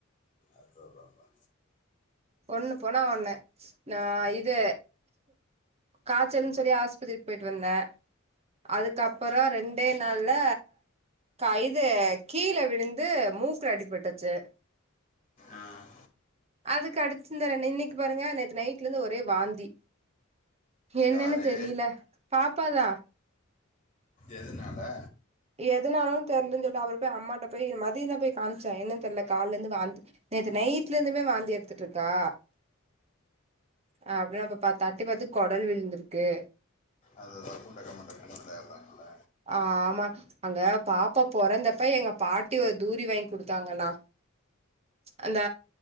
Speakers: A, on the left; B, on the right.
A: அதுதான்ப்பா
B: ஒண்ணு போனா ஒண்ணு நா இது காச்சல் சொல்லி ஆஸ்பத்திரிக் போயிட்டு வந்த அதுக்கப்ரோ ரெண்டே நாள்ல ஆ இது கீழ விழுந்து மூக்கு அடி பட்டுச்சு
A: ஆ
B: அதுக்கடுத் சுந்தர நின்னைக்கு பாருங்க நேத்து நைட்ல இருந்து ஒரே வாந்தி என்னன்னு
A: யாரு
B: தெரியலே பாப்பா த
A: எதுன ஆ
B: எதனாலே தெரியல சொல்லி அவர் போய் அம்மாட்ட போய் மதியந் தா போய் காமிச்ச என்னனு தெரில கால்ல இருந்து வாந்தி நேத்து நைட்ல இருந்துமே வாந்தி எடுத்துட்டு இருக்கா ஹே அப்படி பாப்பா தட்டி பாத்து குடல் விழுந்திருக்கு
A: அதுதான் குண்டக்க மண்டக்கன்னு விளையாடுறாங்கல்ல
B: ஆஹ் ஆமா அங்க பாப்பா பெறந்தப்ப எங்க பாட்டி ஒரு தூரி வாங்கி கொடுத்தாங்கண்ணா அந்த